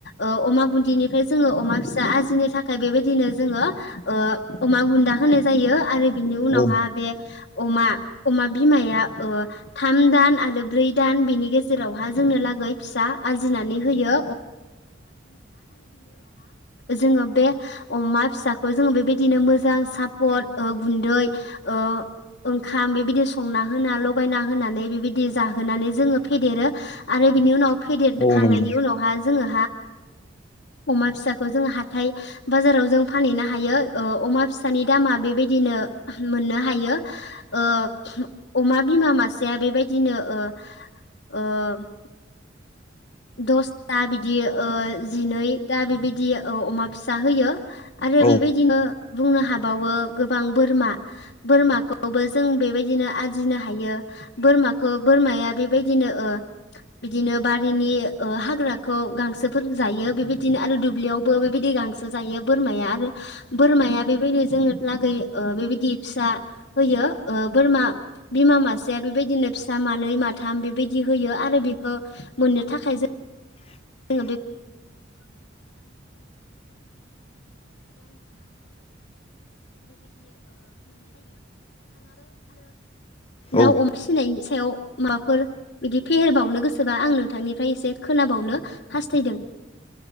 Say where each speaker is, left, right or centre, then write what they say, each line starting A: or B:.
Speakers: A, on the left; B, on the left.
A: ओ अमा बुन्दि निफ्राय जोङो अमा दा आरजिनो थाखाय बेबायदिनो जोङो अमा बुन्दा होनाय जायो आरो बिनि उनावहा
B: औ
A: बे अमा अमा बिमाया ओ थाम दान आरो ब्रै दान बिनि गेजेरावहा जोंनो गै फिसा आरजिनानै होयो जोङो बे अमा फिसाखौ जोङो बेबायदिनो मोजां सापर्ट बा गुन्दै ओ ओंखाम बेबायदि संना होना लगायना होनानै बेबायदि जाहोनानै जोङो फेदेरो आरो बिनि उनाव फेदेरखांनायनि
B: औ नंगौ
A: उनावहा जोङो अमा फिसाखौ जों हा हाथाय बाजाराव जों फानहैनो हायो अमा फिसानि दामा बेबायदिनो मोननो हायो ओ अमा बिमा मासेया बेबायदिनो ओ ओ दसथा बिदि जिनैथा बिबायदि अमा फिसा होयो। आरो
B: औ
A: बेबायदिनो बुंनो हाबावो गोबां बोरमा बोरमाखौबो जों बेबायदिनो आरजिनो हायो। बोरमाखौ बोरमाया बेबायदिनो ओ बिदिनो बारिनि ओ हाग्राखौ गांसोफोर जायो बेबायदिनो आरो दुब्लियावबो बेबायदि गांसो जायो बोरमाया आरो बोरमाया बेबायदि जोङो लागै बेबायदि फिसा होयो ओ बोरमा बिमा मासेया बेबायदिनो फिसा मानै माथाम बेबायदि होयो आरो बेखो मोननो थाखाय जों
B: <inaudible>
A: <unintelligible> <unintelligible> दाउ
B: औ
A: अमा फिसिनायनि सायाव माबाफोर बिदि फेहेरबावनो गोसोबा आं नोंथांनि फाय एसे खोनाबावनो हास्दों